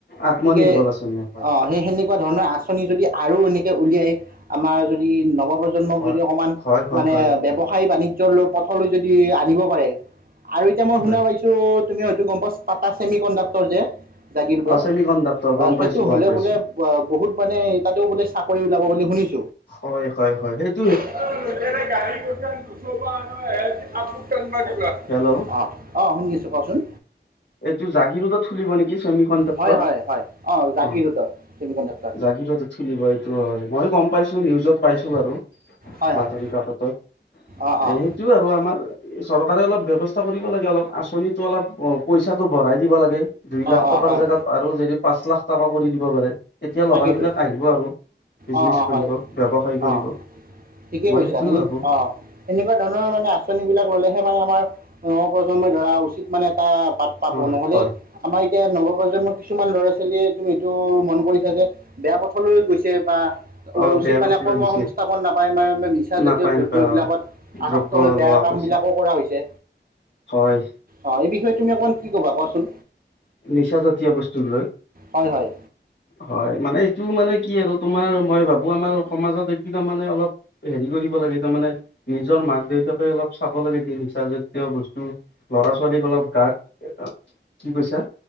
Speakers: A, on the left; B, on the right.
A: আত্মনিৰ্ভৰ
B: গতিকে
A: আঁচনি হয়
B: অ সেই সেনেকোৱা ধৰণৰ আচনি যদি আ আৰু এনেকে উলিয়াই আমাৰ যদি নৱপ্ৰজন্ম
A: হয়
B: যদি অকমান
A: হয় হয়
B: মানে
A: হয়
B: ব ব্যয়ৱসায় বাণিজ্য পথলৈ যদি আনিব পাৰে আৰু এতিয়া মই শুনা
A: হয়
B: পাইছো তুমি হয়তো গম পাটা চছেমি কণ্ডাক্টৰ যে জাগিৰ গত
A: অ ছেমি কণ্ডাক্টৰ গম
B: সেইটো
A: পাইছো
B: হলে
A: গম পাইছো
B: বোলে বহুত মানে তাও বোলে চাকৰি ওলাব বুলি শুনিছো।
A: হয় হয় হেইত
B: <unintelligible> <unintelligible>
A: হেল্ল'
B: অ অ শুনিছো কোৱাচোন
A: এইটো জাগিৰোদত খুলিব নেকি চেমি কণ্ডেক্টৰ
B: হয় হয় হয় অঁ জাগিৰোডত
A: অ
B: ছেমি কণ্ডাক্টৰ
A: জাগিৰোদত খুলিব এইটো হয় মইয়ো গম পাইছোঁ নিউজত পাইছোঁ বাৰু
B: হয়
A: বাতৰি
B: হয়
A: কাকতত সেইটো
B: অঁ অঁ
A: আৰু আমাৰ চৰকাৰে অলপ ব্যৱস্থা কৰিব লাগে অলপ আঁচনিটো অলপ অ পইচাটো ভৰাই দিব লাগে দুই
B: অঁ
A: লাখ
B: অঁ
A: টকাৰ
B: হয়
A: জেগাত আৰু যদি পাঁচ লাখ টকা কৰি দিব পাৰে তেতিয়া ল'ৰাবিলাক
B: তাকেইতো
A: আহিব আৰু বিজনেছ
B: অ অ
A: কৰিব
B: হয়
A: ব্যৱসায় কৰিব
B: অ ঠিকেই
A: মই
B: কৈছা
A: সেইটোও ভাবো
B: অ এনেকুৱা ধৰণৰ মানে আচনি বিলাক ললেহে মানে আমাৰ নৱপ্ৰজন্ম ধৰা উচিত মানে এটা বাট পাব
A: হয়
B: নহলে
A: হয়
B: আমাৰ এতিয়া নৱপ্ৰজন্মৰ কিছুমান ল'ৰা ছোৱালীয়ে তুমি এইটো মন কৰি বেয়া পথলৈ গৈছে বা
A: অ
B: উচিত
A: বেয়া
B: মানে
A: পথলৈ
B: কৰ্ম
A: গৈছে
B: সংস্থাপন নাপায় মানে নিচা
A: নাপায়
B: জাতীয় দ্ৰব্যবিলাকত
A: নাপায় অ
B: আসক্ত
A: দ্ৰব্য
B: হৈ বেয়া
A: লোৱা
B: কাম
A: কৰিছে
B: বিলাকো কৰা হৈছে।
A: হয়
B: অ' এই বিষয়ে তুমি অকনমান কি কবা কোৱাচোন?
A: নিচা জাতীয় বস্তু লয়।
B: হয় হয়
A: হয় মানে এইটো মানে কি কি আৰু তোমাৰ মই ভাবো আমাৰ সমাজত একো তাৰ মানে অলপ হেৰি কৰিব লাগে তাৰমানে নিজৰ মাক দেউতাকে অলপ চাব লাগে নিচা জাতীয় বস্তু লৰা ছোৱালীক অলপ কাৰ্ড, কি কৈছা?